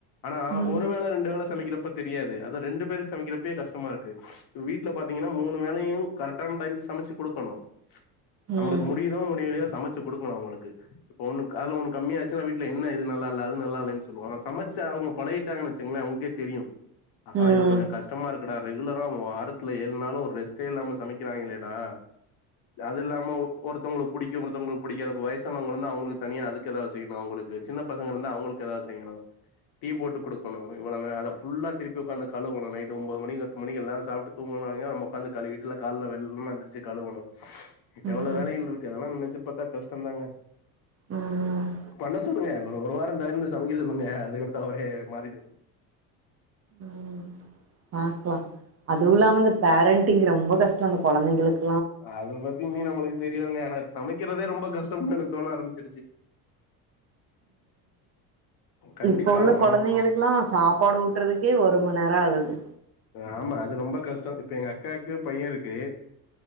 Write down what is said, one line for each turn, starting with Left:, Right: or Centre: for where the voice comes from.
Left: ஆனா
Right: ம்
Left: ஒரு வேள ரெண்டு வேள சமைக்கிறப்ப தெரியாது அத ரெண்டு பேருக்கு சமைக்கிறப்பே கஷ்டமா இருக்கு இப வீட்ல பாத்தீங்கன்னா மூணு வேளையு கரெக்டான டைம் சமைச்சு குடுக்கணு நம்மளுக்கு
Right: ம்
Left: முடியுதோ முடியலயோ சமைச்சு குடுக்கணு அவங்களுக்கு இப்போ ஒன்னு க ஆனா ஒன்னு கம்மியாச்சுன்னா வீட்ல என்ன இது நல்லால்ல அது நல்லால்லனு சொல்லுவோ ஆனா சமச்சா அவங்க பழகிட்டாங்கன் வச்சுங்களே உங்ளுக்கே தெரியு ஆகா
Right: ம்
Left: இது கொஞ்சொ கஷ்டமா இருக் குடா ரெகுலரா வாரத்துல ஏழு நாளு ஒரு ரெஸ்ட்டே இல்லாம சமைக்கிறாங்கலேடா அது இல்லாம ஒ ஒருத்தவ்ங்களுக் பிடிக்கு ஒருத்தவ்ங்களுக் பிடிக்காது ப்ப வயசானவங்க வந் ந்தா அவங்களுக்கு தனியா அதுக்கு எதா செய்யணு அவங்களுக்கு சின்ன பசங்க இருந்தா அவங்களுக்கு எதா செய்யணு டீ போட்டு குடுக்கணு இவ்ளோ நே அத ஃபுல்லா திருப்பி உக்காந்து கழுவணு நைட்டு ஒம்போது மணி பத்து மணிக் எல்லாரு சாப்ட்டு தூங்குவாங்கே நம்ம உக்காந்து கழுவிட்டு இல்ல கால்ல வெள்ளனே எந்திருச்சு கழுவணு
Right: ம்
Left: எவ்ளோ வேலைகள் இருக்கு அதெல்லா நெனைச்சு பாத்தா கஷ்டந்தாங்க
Right: ம்
Left: பண்ண சொல்லுங்க ஒரு ஒரு வாரோ தந்து சமைக்க சொல்லுங்க அதுக்கடுத்து அவரே மாறிடுவா
Right: ம் பாக்லா அதுவு இல்லாம இந்த பேரண்டிங் ரொம்ப கஷ்டொ அந்த கொழந்தைங்களுக்கு
Left: அது பத்தியுமே நம்மளுக் தெரியுங்க எனா சமைக்கிறதே ரொம்ப கஷ்டம்னு எனக்கு தோண ஆரம்பிச்சிருச்சு கண்டிப்பா
Right: இப்போ உள்ள கொழந்தைங்களுக்குல்லா
Left: சமை
Right: சாப்பாடு ஊட்றதுக்கே ஒரு மண் நேரோ ஆகுது
Left: அ ஆமா அது ரொம்ப கஷ்டோ இப்ப எங்க அக்காக்கு பைய இருக்கு